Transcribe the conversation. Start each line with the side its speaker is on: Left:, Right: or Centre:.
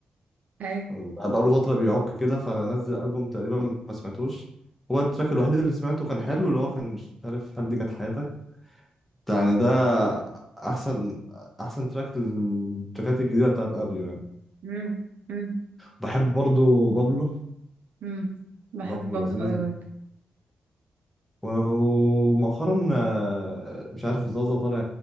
Right: ايوه
Centre: بقاله فترة بيعك كده فنزل ألبوم تقريبا ما سمعتوش هو التراك الوحيد اللي سمعته كان حلو اللي هو كان مش عارف هل دي كانت حياتك يعني ده أحسن أحسن تراك للتراكات الجديدة بتاعت أبيو يعني
Right: امم امم
Centre: بحب برضو بابلو
Right: امم بحب
Centre: بابلو
Right: بابلو
Centre: لذيذ
Right: قوي برضه
Centre: و- ومؤخرا آه، مش عارف زازا طالع